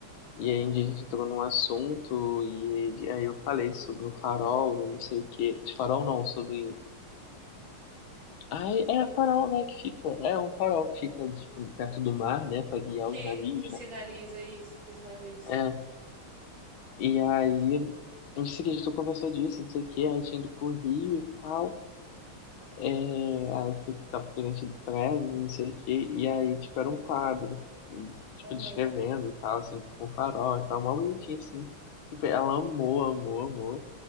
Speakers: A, on the left; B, on the right.
A: E
B: aham.
A: aí um dia a gente entrou num assunto e aí eu falei sobre o farol, eu não sei o quê. De farol não, sobre Aí é a farol, né, que fica. É um farol que fica tipo, perto do mar, né, pra guiar
B: Que,
A: os navios,
B: que sinaliza
A: né?
B: isso para os navios.
A: É. E aí, não sei que a gente conversou disso, não sei o quê, aí tinha ido pro Rio e tal. É, aí eu fui- tava frente do prédio, não sei o quê. E aí, tipo, era um quadro, e, tipo,
B: Aham,
A: descrevendo e tal, assim, tipo, com farol e tal, mó bonitinho, assim. Tipo, ela amou, amou, amou.